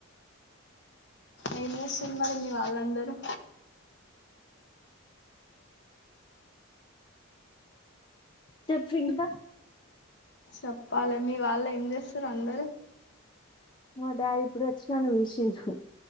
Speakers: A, on the left (about 50°); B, on the left (about 20°).
A: ఏం చేస్తున్నారు మరి మీ వాళ్ళందరూ
B: చెప్పు ఇంకా
A: చెప్పాలి మీ వాళ్ళు ఏం చేస్తారు అందరుూ
B: మా డాడీ ఇప్పుడే వచ్చా ఇక్కడ కూసున్నాడు